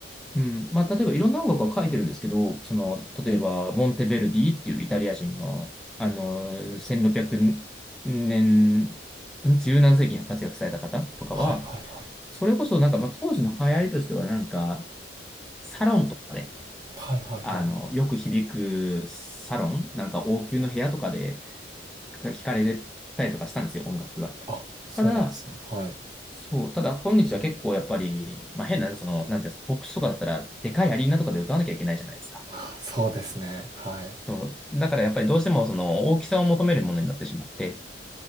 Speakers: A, in the centre; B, on the right.
A: うん。まあ、例えばいろんな音楽は書いてるんですけど、その、例えば、モンテヴェルディっていうイタリア人の、あの、1600年、十何世紀に活躍された方とかは、
B: はいはいは
A: それこそなんか、まあ、当時の流行りとしてはなんか、サロンとかで、
B: いはいはいはい
A: あの、よく響くサロン、なんか王宮の部屋とかで聞かれたりとかしたんですよ、音楽が。
B: あそうなんですねはい
A: ただ、そう、ただ本日は結構やっぱり、まあ変な、その、なんていうんですか、ポップスとかだったら、でかいアリーナとかで歌わなきゃいけないじゃないですか。
B: あそうですねはいへ
A: そう。だからやっぱりどうしてもその大きさを求めるものになってしまって、